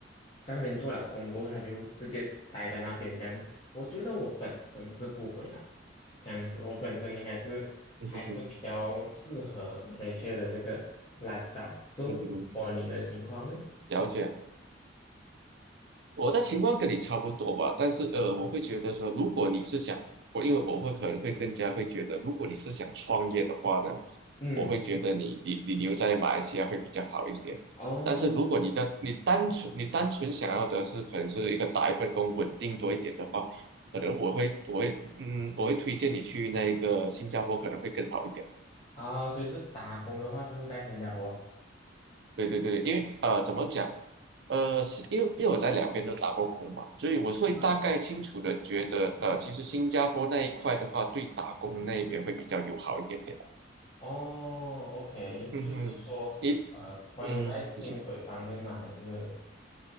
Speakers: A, on the left; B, on the right.
A: 在那边做了工过后他就直接待在那边这样，我觉得我本身是不回来，这样子，我本身应该是还是比较适合马来西亚的这个
B: 嗯嗯
A: lifestyle。So
B: 嗯嗯，
A: for 你的情况呢？
B: 了解。我的情况跟你差不多吧，但是呃，我会觉得说，如果你是想我，因为我会可能会更加会觉得，如果你是想创业的话呢，
A: 嗯，
B: 我会觉得你你你留在马来西亚会比较好一点。
A: 哦，
B: 但是如果你的你单纯你单纯想要的是可能是一个打一份工稳定多一点的话，可能我会我会嗯我会推荐你去那个新加坡可能会更好一点。
A: 啊，所以是打工的话，就是在新加坡。
B: 对对对，因为呃，怎么讲？呃，是因为因为我在两边都打过工嘛，所以我会大概清楚的觉得，
A: 是，
B: 呃，其实新加坡那一块的话，对打工那一边会比较友好一点点。
A: 哦，OK，
B: 嗯哼，
A: 就是说，
B: 一
A: 呃，关于在薪水方面嘛，
B: 嗯，就是
A: 还是，